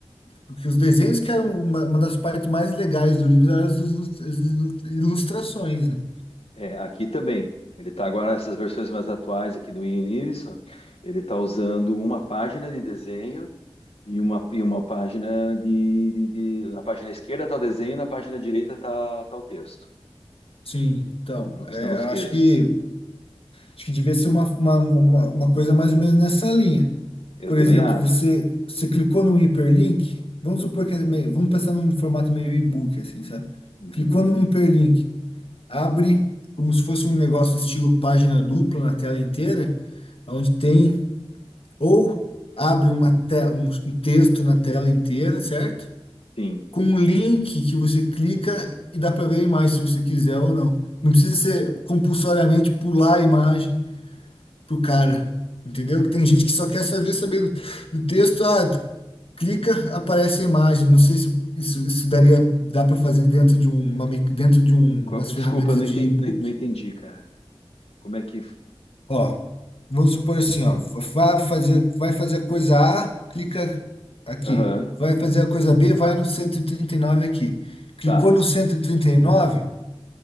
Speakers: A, on the left; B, on the left.
A: porque os desenhos que eram uma, uma das partes mais legais do livro eram as ilus- as ilu- ilustrações, né?
B: é, aqui também. Ele tá agora essas versões mais atuais aqui do Ian Livingstone. Ele tá usando uma página de desenho e uma, e uma página de, de- de- na página esquerda tá o desenho, na página direita tá, tá o texto.
A: Sim, então,
B: Então,
A: é,
B: estão os
A: eu
B: textos.
A: acho que, acho que devia ser uma, uma, uma, uma coisa mais ou menos nessa linha.
B: Eu
A: Por
B: também
A: exemplo,
B: acho.
A: você, você clicou num hiperlink, vamos supor que é meio, vamos pensar num formato meio e-book, assim, sabe?
B: Uhum,
A: Clicou num hiperlink, abre como se fosse um negócio estilo página dupla na tela inteira, onde tem ou abre uma te- um, um texto na tela inteira, certo?
B: sim.
A: Com um link que você clica e dá para ver a imagem se você quiser ou não. Não precisa ser compulsoriamente pular a imagem pro cara, entendeu? Que tem gente que só quer saber saber do, do texto, ah, tu clica, aparece a imagem. Não sei se isso, isso daria dá para fazer dentro de um- uma, me- dentro de um,
B: Co-
A: umas ferramentas
B: Desculpa, eu não
A: de
B: entendi,
A: e-book.
B: não não entendi, cara. Como é que.
A: Ó, vamos supor assim, ó, vai fazer, vai fazer a coisa A, clica aqui.
B: Aham,
A: Vai fazer a coisa B, vai no cento e e trinta e nove aqui. Clicou
B: tá,
A: no cento e e trinta e nove,